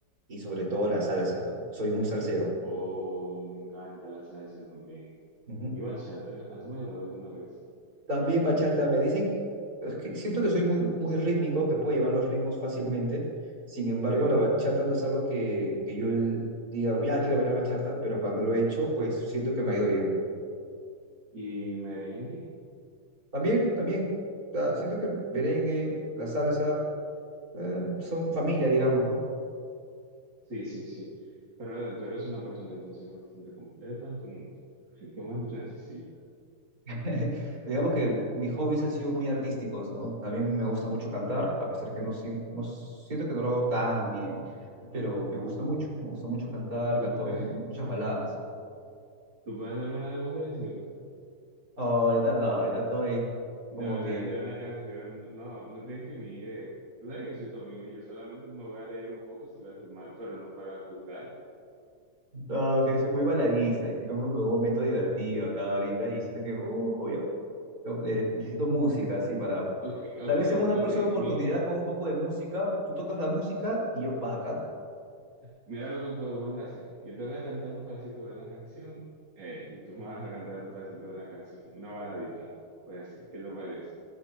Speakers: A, on the right; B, on the right.
A: y sobre todo la salsa.
B: Ok.
A: Soy muy salsero.
B: Oh, me encanta la salsa también.
A: Ujú.
B: ¿Y bachata? ¿Has bailado alguna vez?
A: También bachata, me dicen, es que siento que soy muy, muy rítmico, que puedo llevar los ritmos fácilmente. Sin embargo,
B: Bien.
A: la bachata no es algo que, que yo el- diga, ya quiero bailar bachata, pero cuando lo he hecho, pues siento que me ha ido bien.
B: ¿Y merengue?
A: También, también, o sea, siento que el merengue,
B: Muy bien.
A: la
B: <laughs>
A: salsa, eh, son familia, digamos, ¿no?
B: Sí, sí, sí. Pero Edel, tú eres una persona entonces bastante completa. Tú no- <laughs> ¿Qué más tú necesitas?
A: <laughs> Digamos que mis hobbies han sido muy artísticos, ¿no? También me gusta mucho cantar, a pesar que no, sien- no siento que no lo hago tan bien, pero me gusta mucho, me gusta mucho cantar,
B: ¿Tú,
A: canto
B: <laughs>
A: muchas baladas.
B: tú puedes hacerme la demostración?
A: Oh, ahorita no, ahorita estoy
B: De
A: como
B: una,
A: que,
B: de una canción, no, no te intimides. Tú sabes que yo soy tu amigo y yo solamente me voy a reír un poco si lo haces mal, pero no para juzgarte.
A: no, que soy muy baladiza, estoy como que en un momento divertido acá
B: Eh,
A: ahorita y siento que, uh, ya- no, le- necesito música así para,
B: ok, ok,
A: tal vez en una
B: ok.
A: próxima oportunidad
B: Mi,
A: con un poco de música, tú tocas la música y yo pa' acá.
B: mira lo que podemos hacer. Yo te voy a cantar un pedacito de una canción eh, y tú me vas a cantar un pedacito de una canción, una baladita. Puede ser, ¿qué te parece?